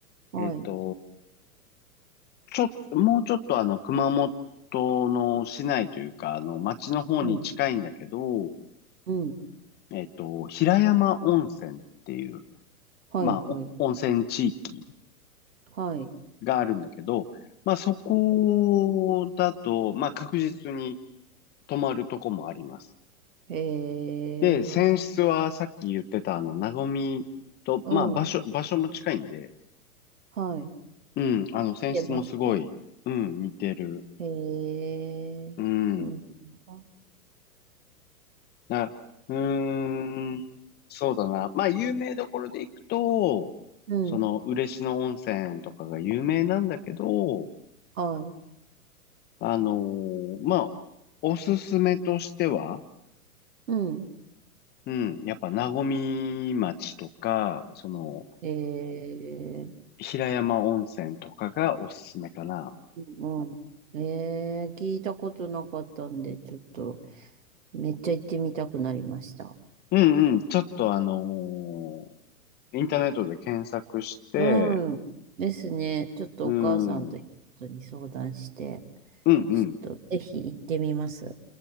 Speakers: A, on the right; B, on the left.
A: はい。
B: えっと、ちょっと、もうちょっとあの、熊本の市内というか、あの、町の方に近いんだけど、
A: うん、うん、
B: えっと、平山温泉っていう、
A: はい、
B: まあ、お温泉地域
A: はい、はい。
B: があるんだけど、まあそこだと、まあ確実に泊まるとこもあります。
A: へえ、
B: で、泉質はさっき言ってたあの、なごみと、
A: うん、
B: まあ場所、場所も近いんで、
A: はい。
B: うん、あの、泉質もすごい、
A: 見てます
B: うん、似てる。
A: へえ、
B: うん。
A: そうですか。
B: だ、うーん、そうだな。まあ有名どころで行くと、
A: うん、
B: その、嬉野温泉とかが有名なんだけど、
A: はい、
B: あのーまあ、おすすめとしては、
A: うん。
B: うん。やっぱ、和み町とか、その、
A: ええ、
B: 平山温泉とかがおすすめかな。
A: うん。ええ、聞いたことなかったんで、ちょっと、めっちゃ行ってみたくなりました。
B: うんうん。ちょっとあのーインターネットで検索して、
A: うん。ですね。ちょっとお母さんと夫に相談して、
B: うん、うんうん、
A: ちょっとぜひ行ってみます。